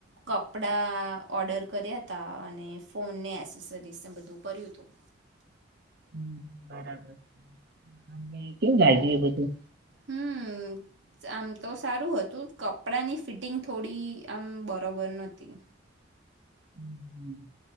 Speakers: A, on the right; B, on the right.
A: કપડાં ઓર્ડર કર્યા હતા અને ફોનને એસેસરીસ ને બધું ભર્યું હતું
B: હ બરાબર અને કેમ <inaudible> બધું
A: હમ આમ તો સારું હતું કપડાની ફિટિંગ થોડી આમ બરોબર નતી
B: હમ